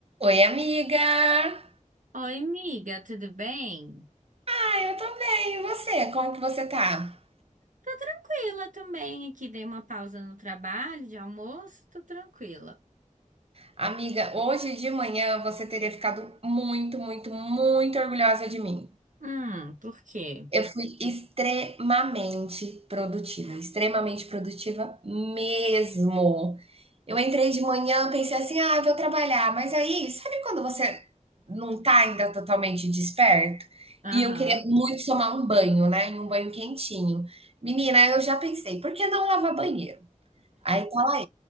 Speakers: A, on the right; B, on the right.
A: Oi, amiga!
B: Oi, amiga, tudo bem?
A: Ah, eu tô bem, e você? Como que você tá?
B: Tô tranquila também aqui, dei uma pausa no trabalho de almoço, tô tranquila.
A: Amiga, hoje de manhã você teria ficado muito, muito, muito orgulhosa de mim.
B: Hum, por quê?
A: Eu fui extremamente produtiva, extremamente produtiva mesmo. Eu entrei de manhã, pensei assim, ah, eu vou trabalhar, mas aí, sabe quando você não tá ainda totalmente desperto?
B: Aham.
A: E eu queria muito tomar um banho, né? E um banho quentinho. Menina, eu já pensei, por que não lavar banheiro? Aí tá lá